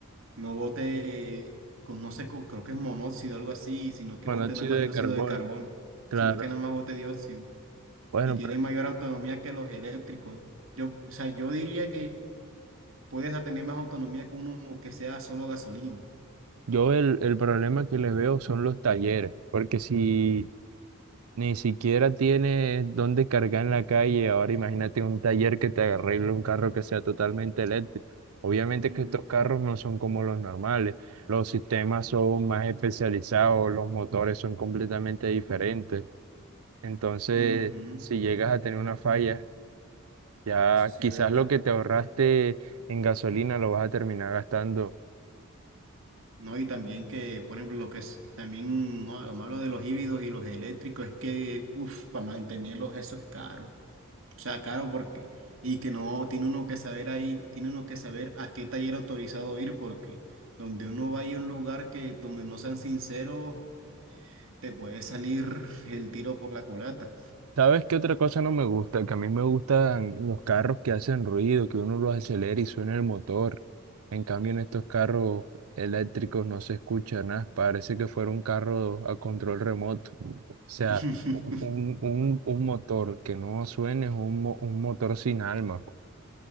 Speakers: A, on the right; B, on the right.
A: no bote con, no sé, co- creo que es monóxido o algo así, sino que
B: monóxido
A: bote nada más
B: de
A: dióxido
B: carbono,
A: de carbono,
B: claro.
A: sino que nada más bote dióxido.
B: Bueno,
A: Y tiene
B: pero
A: mayor autonomía que los eléctricos. Yo, o sea, yo diría que puedes a tener más autonomía que uno que sea solo gasolina.
B: yo el, el problema que les veo son los talleres, porque si Ni siquiera tienes dónde cargar en la calle. Ahora imagínate un taller que te arregle un carro que sea totalmente eléctrico. Obviamente
A: Ujú,
B: que estos carros no son como los normales. Los sistemas son más especializados, los motores son completamente diferentes. Entonces,
A: ujú,
B: si llegas a tener una falla, ya
A: Eso sí
B: quizás
A: es verdad.
B: lo que te ahorraste en gasolina lo vas a terminar gastando.
A: No, y también que, por ejemplo, lo que es también ¿no? lo malo de los híbridos y los eléctricos es que, uff, para mantenerlos eso es caro. O sea, caro porque, y que no, tiene uno que saber ahí, tiene uno que saber a qué taller autorizado ir porque donde uno vaya a un lugar que, donde no sean sinceros, te puede salir el tiro por la culata.
B: ¿Sabes qué otra cosa no me gusta? Que a mí me gustan los carros que hacen ruido, que uno los acelera y suena el motor. En cambio, en estos carros eléctricos no se escucha nada. Parece que fuera un carro a control remoto. O sea,
A: <laughs>
B: un, un, un motor que no suene es un, mo- un motor sin alma.